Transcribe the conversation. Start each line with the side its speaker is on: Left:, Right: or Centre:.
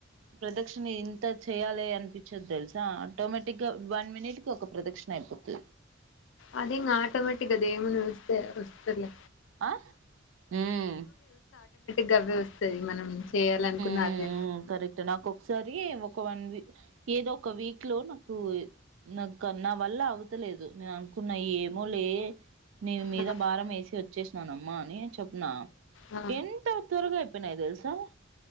Right: ప్రదక్షిణ ఇంత చేయాలి అనిపించది తెలుసా ఆటోమేటిక్ గా వన్ మినిట్ కి ఒక ప్రదక్షిణ అయిపోతది
Left: ఆది ఇంకా ఆటోమేటిక్ అదేముంది వస్తాయా వస్తదిలే
Right: ఆ మ్మ్
Left: గావే వస్తాయి మనం చేయాలనుకున్న
Right: ఉమ్
Left: అదే
Right: కరెక్ట్ నాకు ఒకసారి ఒక వన్ ఏదో ఒక వీక్ లో నాకు నాకు నా వల్ల అవతలేదు నేను అనుకున్న ఏమో లే నీ మీద
Left: ఆ
Right: భారం వేసి వచ్చేస నానమ్మా అని చెప్పిన
Left: ఆ,
Right: ఎంత త్వరగా అయిపోయినా తెల్సా ఆ